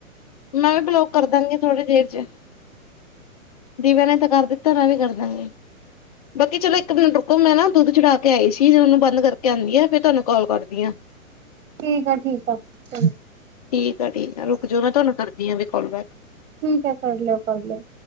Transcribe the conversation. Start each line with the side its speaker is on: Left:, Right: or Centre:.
Left: ਮੈਂ ਵੀ ਬਲੋਕ ਕਰ ਦਾਂਗੀ ਥੋੜੀ ਦੇਰ ਚ ਦਿਵਿਆ ਨੇ ਤਾਂ ਕਰ ਦਿੱਤਾ ਮੈਂ ਵੀ ਕਰ ਦੇਣੀ ਆਂ। ਬਾਕੀ ਚਲੋ ਏਕ ਮਿੰਟ ਰੁਕੋ ਮੈਂ ਨਾ ਦੁੱਧ ਚੜਾ ਕੇ ਆਈ ਸੀ ਤੇ ਓਨੂੰ ਬੰਦ ਕਰਕੇ ਆਂਦੀ ਆ ਫੇਰ ਤੁਆਨੂੰ ਕਾਲ ਕਰਦੀ ਆ।
Right: ਠੀਕ ਆ-ਠੀਕ ਆ, ਚਲ।
Left: ਠੀਕ ਆ-ਠੀਕ ਆ ਰੁਕ ਜੋ ਮੈਂ ਤੁਆਨੂੰ ਕਰਦੀ ਆ ਵੀ ਕੌਲ ਬੈਕ
Right: ਠੀਕ ਐ ਕਰ ਲਿਓ ਕੌਲ ਬੈਕ।